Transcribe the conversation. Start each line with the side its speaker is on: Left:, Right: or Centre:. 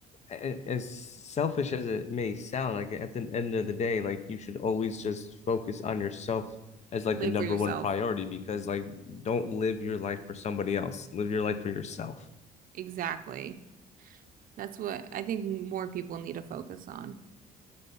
Left: a- as selfish as it may sound, like at the end of the day, like you should always just focus on yourself as like
Right: Live
Left: the number
Right: for yourself.
Left: one priority because like don't live your life for somebody else. Live your life for yourself.
Right: Exactly. That's what I think more people need to focus on.